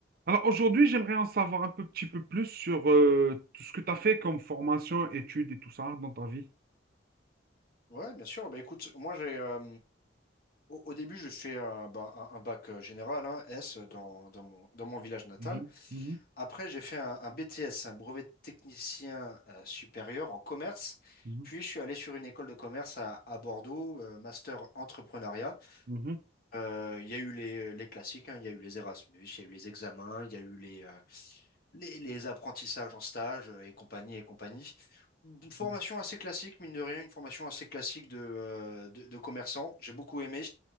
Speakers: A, on the right (about 55°); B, on the left (about 50°).
A: Alors aujourd'hui, j'aimerais en savoir un peu, petit peu plus sur euh, tout ce que tu as fait comme formation, études et tout ça dans ta vie.
B: Ouais, bien sûr. Bah, écoute, moi, j'ai, euh, au, au début, je fais euh, bah, un, un bac euh, général, hein, S, dans, dans mon, dans mon village natal.
A: Mhm, mhm,
B: Après, j'ai fait un, un BTS, un brevet de technicien euh, supérieur en commerce.
A: mhm,
B: Puis, je suis allé sur une école de commerce à, à Bordeaux, euh, master entrepreneuriat.
A: mhm,
B: Euh, Il y a eu les, les classiques, hein, il y a eu les Erasmus, il y a eu les examens, il y a eu les, euh, les, les apprentissages en stage euh, et compagnie et compagnie. Une formation
A: mhm.
B: assez classique, mine de rien, une formation assez classique de, euh, de, de commerçant. J'ai beaucoup aimé.